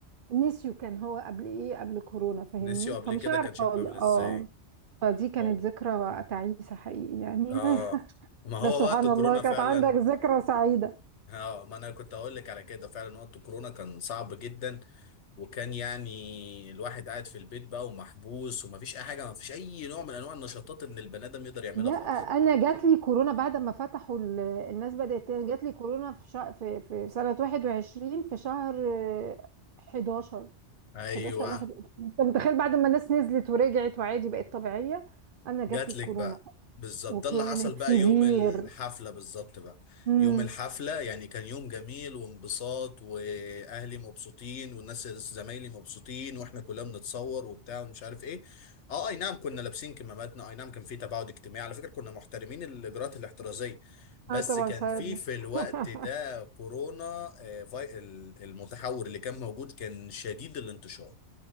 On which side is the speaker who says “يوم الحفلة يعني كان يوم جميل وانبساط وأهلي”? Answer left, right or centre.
Left